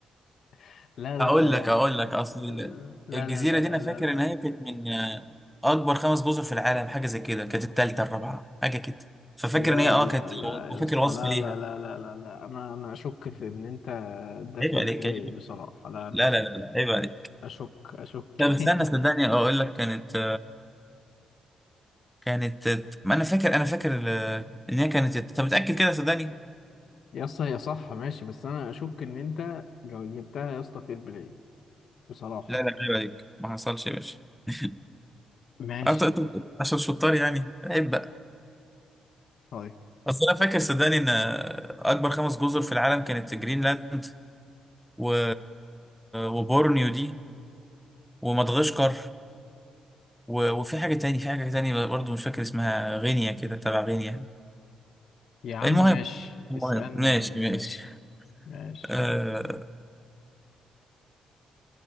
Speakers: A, on the left; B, in the centre.
A: <laughs> لا لا
B: اقول
A: لا لا
B: لك اقول لك اصل ال-
A: لا
B: الجزيرة
A: لا لا لا
B: دي انا فاكر
A: لا لا لا
B: ان هي كانت من آه، اكبر خمس جزر في العالم حاجة زي كده كانت التالتة الرابعة حاجة كده ففاكر
A: لا
B: ان هي اه
A: لا
B: كانت
A: لا
B: وفاكر
A: يا اسطى
B: وصف
A: لا
B: ليها
A: لا لا لا لا لا انا انا اشك في ان انت ده
B: عيب
A: فير
B: عليك
A: بلاي
B: عيب
A: بصراحه لا انا
B: لا
A: اشك
B: لا لا لا عيب عليك
A: اشك اشك
B: طب استنى
A: <laughs>
B: صدقني اقول لك كانت كانت ما انا فاكر انا فاكر ال- ان هي كانت طب متاكد كده صدقني
A: يا اسطى هي صح ماشي بس انا اشك ان انت جو- جبتها يا اسطى فير بلاي بصراحه
B: لا لا عيب عليك ما حصلش يا باشا <laughs>
A: ماشي
B: أنت- أنت عشان شطار يعني عيب بقى
A: طيب
B: اصل انا فاكر صدقني ان اكبر خمس جزر في العالم كانت جرينلاند و... وبورنيو دي ومدغشقر و... وفي حاجه تاني في حاجه تاني برضه مش فاكر اسمها غينيا كده تبع غينيا
A: يا عم
B: المهم
A: ماشي
B: المهم
A: اسالني
B: ماشي
A: يا عم ماشي
B: ماشي
A: ماشي
B: آه،